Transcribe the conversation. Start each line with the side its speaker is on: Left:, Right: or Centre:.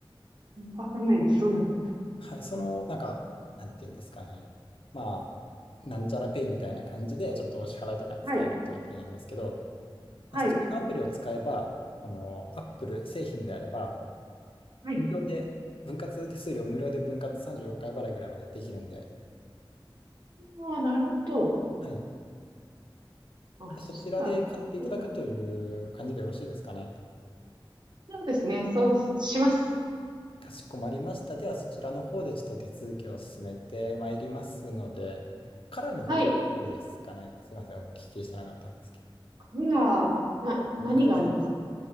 Right: わかんないです。そうなんですか。
Left: はい、その、なんか、なんていうんですかね。まあ、なんちゃらペイみたいな感じで、ちょっとお支払いとかに使えるっていうアプリなんですけど、
Right: はい。はい。
Left: まあそのアプリを使えば、この Apple 製品であれば、
Right: はい。
Left: 無料で、分割手数料無料で分割36回払いぐらいまでできるんで、
Right: ああ、なるほど。
Left: はい。
Right: あ、そしたら、
Left: そちらで買っていただくとい
Right: いいかも。
Left: う感じでよろしいですかね。
Right: そうですね。そうします。
Left: かしこまりました。では、そちらの方でちょっと手続きを進めてまいりますので、カラーの方とかどうですかね。
Right: はい。
Left: すいません、お聞きしてなかったんですけど。
Right: カメラ、な、
Left: こんな感じなの
Right: 何がありますか